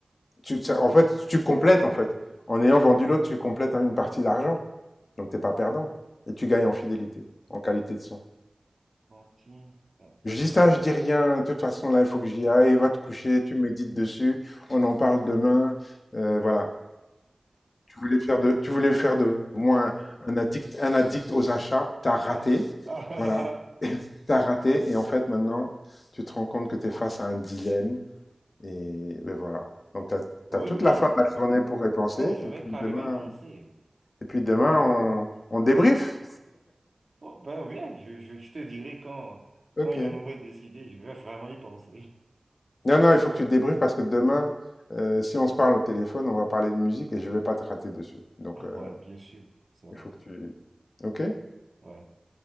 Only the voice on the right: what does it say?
lentille. <laughs>
Ah, ah,
<laughs> Oui,
oui.
je
vais-
Non, je
vais
carrément
y penser.
Oh, ben oui, je, je, je te dirai quand,
quand j'en aurai décidé, je vais vraiment y penser.
Ah
ouais, bien sûr, c'est vrai.
Ouais.